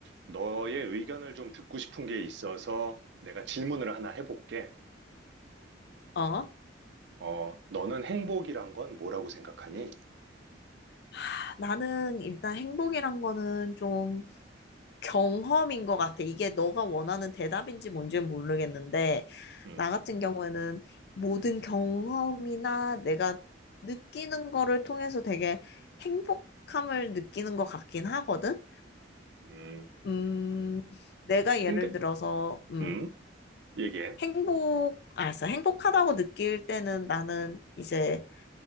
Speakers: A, on the right; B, on the left.
A: 너의 의견을 좀 듣고 싶은 게 있어서 내가 질문을 하나 해볼게.
B: 어?
A: 어, 너는 행복이란 건 뭐라고 생각하니?
B: 하, 나는 일단 행복이란 거는 좀 경험인 것 같아. 이게 너가 원하는 대답인지 뭔지는 모르겠는데,
A: 음,
B: 나 같은 경우에는 모든 경험이나 내가 느끼는 거를 통해서 되게 행복함을 느끼는 것 같긴 하거든?
A: 음,
B: 음, 내가 예를
A: 근데,
B: 들어서, 음,
A: 음, 얘기해.
B: 행복, 아, 알았어. 행복하다고 느낄 때는 나는 이제